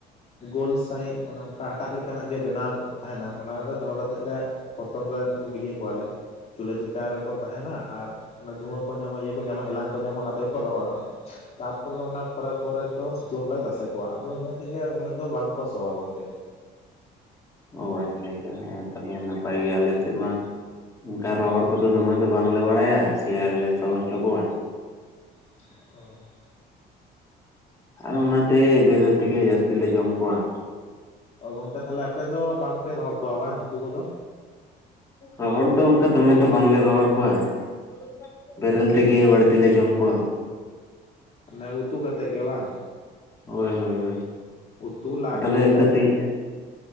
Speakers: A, on the left (about 40°); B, on the left (about 15°).
A: ᱜᱳᱞ ᱥᱟᱦᱤᱡ ᱚᱱᱮ ᱚᱱᱠᱟ ᱦᱟᱴᱟᱜ ᱞᱮᱠᱟ ᱱᱟᱜ ᱜᱮ ᱵᱮᱱᱟᱣ ᱠᱚ ᱛᱟᱦᱮᱸᱱᱟ ᱚᱱᱟ ᱨᱮ ᱫᱚᱦᱚ ᱠᱟᱛᱮᱫ ᱞᱮ ᱯᱨᱚᱛᱷᱚᱢ ᱞᱮ ᱩᱱᱠᱩ ᱤᱭᱟᱹ ᱠᱚᱣᱟᱞᱮ ᱪᱩᱞᱦᱟᱹ ᱪᱮᱛᱟᱱ ᱨᱮᱠᱚ ᱛᱟᱦᱮᱸᱱᱟ ᱟᱨ ᱚᱱᱟ ᱫᱷᱩᱣᱟᱹ ᱠᱚ ᱧᱟᱢᱟ ᱤᱭᱟᱹ ᱠᱚ ᱧᱟᱢᱟ ᱮᱞᱟᱝ ᱠᱚ ᱧᱟᱢᱟ ᱚᱱᱟ ᱛᱮᱜᱮ ᱠᱚ ᱨᱚᱦᱚᱲᱚᱜᱼᱟ᱾ ᱛᱟᱯᱚᱨᱮ ᱚᱱᱟ ᱯᱚᱨᱮ ᱯᱚᱨᱮ ᱫᱚ ᱥᱤᱛᱩᱝ ᱨᱮᱞᱮ ᱛᱟᱥᱮ ᱠᱚᱣᱟ ᱟᱫᱚ ᱤᱱᱟᱹ ᱛᱮᱜᱮ ᱩᱱᱟᱹᱜ ᱫᱚ ᱵᱟᱝ ᱠᱚ ᱥᱚᱣᱟ ᱜᱚᱝᱠᱮ ᱾
B: ᱚ ᱟᱪᱪᱷᱟ ᱟᱪᱪᱷᱟ ᱦᱮᱸ ᱛᱟᱦᱚᱞᱮ ᱱᱟᱯᱟᱭ ᱜᱮᱭᱟ, ᱟᱞᱮ ᱥᱮᱫ ᱢᱟ ᱚᱱᱠᱟ ᱨᱚᱦᱚᱲ ᱠᱚᱫᱚ ᱫᱚᱢᱮ ᱫᱚ ᱵᱟᱝᱞᱮ ᱵᱟᱲᱟᱭᱟ ᱥᱮᱭᱟ ᱜᱮᱞᱮ ᱥᱚ ᱦᱚᱪᱚ ᱠᱚᱣᱟ᱾
A: ᱚᱻ
B: ᱟᱫᱚ ᱚᱱᱟᱛᱮ ᱵᱮᱨᱮᱞ ᱛᱮᱜᱮ ᱡᱟᱹᱥᱛᱤ ᱞᱮ ᱡᱚᱢ ᱠᱚᱣᱟ ᱾
A: ᱚ ᱜᱚᱝᱠᱮ ᱛᱟᱦᱚᱞᱮ ᱟᱯᱮ ᱫᱚ ᱵᱟᱝ ᱯᱮ ᱨᱚᱦᱚᱲ ᱠᱚᱣᱟ ᱵᱟᱝ ᱦᱟᱹᱠᱩ ᱠᱚᱫᱚ?
B: ᱨᱚᱦᱚᱲ ᱫᱚ ᱚᱱᱠᱟ ᱫᱚᱢᱮ ᱫᱚ ᱵᱟᱝᱞᱮ ᱨᱚᱦᱚᱲ ᱠᱚᱣᱟ ᱾ ᱵᱮᱨᱮᱞ ᱛᱮᱜᱮ ᱵᱟᱹᱲᱛᱤ ᱞᱮ ᱡᱚᱢ ᱠᱚᱣᱟ ᱾
A: ᱛᱟᱦᱚᱞᱮ ᱩᱛᱩ ᱠᱟᱛᱮᱫ ᱜᱮ ᱵᱟᱝ?
B: ᱦᱳᱭ ᱦᱳᱭ ᱦᱳᱭ,
A: ᱩᱛᱩ ᱞᱟᱫ
B: ᱛᱟᱦᱚᱞᱮ
A: ᱠᱚ ᱡᱟᱭᱦᱳᱠ
B: ᱠᱟᱹᱴᱤᱡ